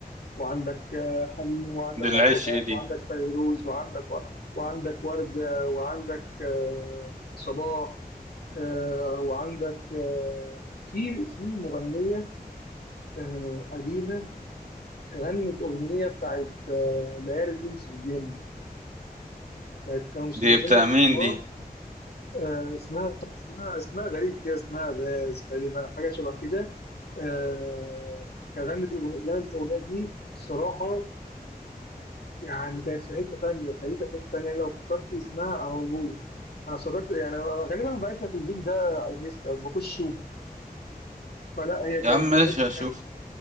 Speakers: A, on the left; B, on the right.
A: وعندك آه، حليم وعندك
B: دي العيش
A: عبد الوهاب
B: ايه دي
A: وعندك فيروز وعندك و... وعندك وردة وعندك آه، صباح آه، وعندك آه، في في مغنية آه، قديمة غنت أغنية بتاعت آه، ليالي الأنس في فيينا كانت كانوا مستضيفينها
B: دي بتاع
A: في
B: مين
A: لقاء
B: دي
A: آه، اسمها اسمها اسمها غريب كده اسمها باز تقريبا حاجة شبه كده آه، كانت غنت أغنية غنت الأغنية دي الصراحة يعني كانت في حته ثانيه وخليتها في حته ثانيه لو افتكرت اسمها اقولهولك انا افتكرت يعني أنا غالبا بعت لك الفيديو ده على الانستا بخش شوف فلا هي كانت
B: يا عم ماشي
A: في حته
B: اشوف
A: كانت